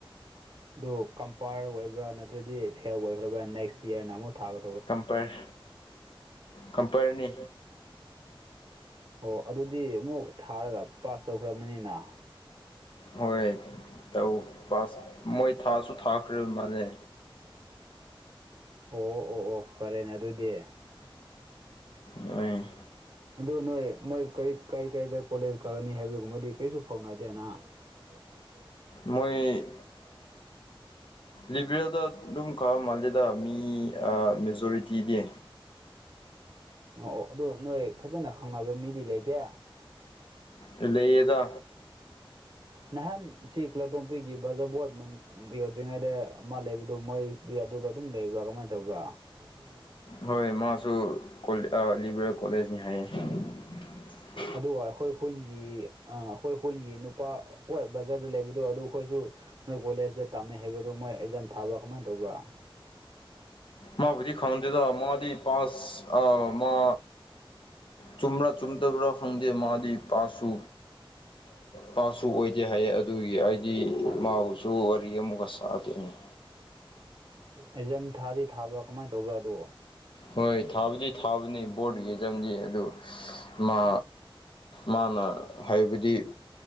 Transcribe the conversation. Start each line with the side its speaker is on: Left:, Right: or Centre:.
Right: ꯑꯗꯨ ꯀꯝꯄꯥꯔ ꯑꯣꯏꯕ꯭ꯔꯥ ꯅꯠꯇ꯭ꯔꯗꯤ ꯐꯦꯜ ꯑꯣꯏꯈ꯭ꯔꯕ꯭ꯔꯥ ꯅꯦꯛꯁ ꯌꯌꯥꯔꯅ ꯑꯃꯨꯛ ꯊꯥꯕ
Left: ꯀꯝꯄꯔ ꯀꯝꯄꯔꯅꯤ
Right: ꯑꯣ ꯑꯗꯨꯗꯤ ꯑꯃꯨꯛ ꯊꯥꯔꯒ ꯄꯥꯁ ꯇꯧꯈ꯭ꯔꯕꯕꯅꯤꯅ
Left: ꯍꯣꯏ ꯇꯧ ꯄꯥꯁ ꯃꯣꯏ ꯊꯥꯁꯨ ꯊꯥꯈ꯭ꯔꯦꯕ ꯃꯥꯜꯅꯦ
Right: ꯑꯣ ꯑꯣ ꯑꯣ ꯑꯣ ꯐꯔꯦꯅꯦ ꯑꯗꯨꯗꯤ
Left: ꯑ
Right: ꯑꯗꯨ ꯅꯣꯏ ꯃꯣꯏ ꯀꯔꯤ ꯀꯥꯏ ꯀꯥꯏꯗ ꯀꯣꯂꯦꯖ ꯀꯛꯑꯅꯤ ꯍꯥꯏꯕꯒꯨꯝꯕꯗꯤ ꯀꯔꯤꯁꯨ ꯐꯥꯎꯅꯗꯦꯅꯥ ꯍꯝ ꯍ ꯍ
Left: ꯃꯣꯏ ꯂꯤꯕꯔꯦꯜꯗ ꯑꯗꯨꯝ ꯀꯕ ꯃꯥꯜꯂꯤꯗ ꯃꯤ ꯃꯦꯖꯣꯔꯤꯇꯤꯗꯤ
Right: ꯑꯣ ꯑꯣ ꯑꯗꯨ ꯅꯣꯏ ꯐꯖꯅ ꯈꯪꯅꯕ ꯃꯤꯗꯤ ꯂꯩꯇꯦ
Left: ꯂꯩꯌꯦꯗ
Right: ꯅꯍꯥꯟ ꯁꯤ ꯀ꯭ꯂꯥꯇꯣꯝꯄꯤꯒꯤ ꯕꯖꯥꯔ ꯕꯣꯠ ꯌꯧꯗ꯭ꯔꯤꯉꯩꯗ ꯃꯥ ꯂꯩꯕꯗꯣ ꯃꯣꯏ ꯑꯗꯨꯗ ꯑꯗꯨꯝ ꯂꯩꯕ꯭ꯔꯥ ꯀꯃꯥꯏꯅ ꯇꯧꯕ꯭ꯔꯥ ꯃꯒꯤ
Left: ꯍꯣꯏ ꯃꯥꯁꯨ ꯂꯤꯕꯔꯦꯜ ꯀꯣꯂꯦꯖꯅꯤ ꯍꯥꯏꯌꯦ <unintelligible>
Right: ꯑꯗꯨꯒ ꯑꯩꯈꯣꯏ ꯈꯨꯟꯒꯤ ꯑ ꯑꯩꯈꯣꯏ ꯈꯨꯟꯒꯤ ꯅꯨꯄꯥ ꯍꯣꯏ ꯕꯖꯥꯔꯗ ꯂꯩꯕꯗꯣ ꯑꯗꯨ ꯈꯣꯏꯁꯨ ꯅꯣꯏ ꯀꯣꯂꯦꯖꯇ ꯇꯝꯃꯦ ꯍꯥꯏꯕꯗꯨ ꯃꯣꯏ ꯑꯦꯛꯖꯥꯝ ꯊꯥꯕ꯭ꯔꯥ ꯀꯃꯥꯏꯅ ꯇꯧꯕ꯭ꯔꯥ
Left: ꯃꯕꯨꯗꯤ ꯈꯪꯗꯦꯗ ꯃꯗꯤ ꯄꯁ ꯑ ꯃ ꯆꯨꯝꯕ꯭ꯔꯥ ꯆꯨꯝꯗꯕ꯭ꯔꯥ ꯈꯪꯗꯦ ꯃꯥꯗꯤ ꯄꯥꯁ ꯁꯨ ꯄꯥꯁ ꯁꯨ ꯑꯣꯏꯗꯦ ꯍꯥꯏꯌꯦ ꯑꯗꯨꯒꯤ ꯍꯥꯏꯗꯤ ꯃꯥꯁꯨ ꯋꯥꯔꯤ ꯑꯃꯨꯛꯀ ꯁꯥꯗꯣꯏꯅꯤ
Right: ꯑꯦꯛꯖꯝ ꯊꯥꯗꯤ ꯊꯥꯕ꯭ꯔꯥ ꯀꯃꯥꯏꯅ ꯇꯧꯕ꯭ꯔꯥ ꯑꯗꯣ
Left: ꯍꯣꯏ ꯊꯥꯕꯨꯗꯤ ꯊꯥꯕꯅꯤ ꯕꯣꯔꯠ ꯌꯦ ꯆꯝꯗꯤ ꯑꯗꯨ ꯃꯥ ꯃꯥꯅ ꯍꯥꯏꯕꯗꯤ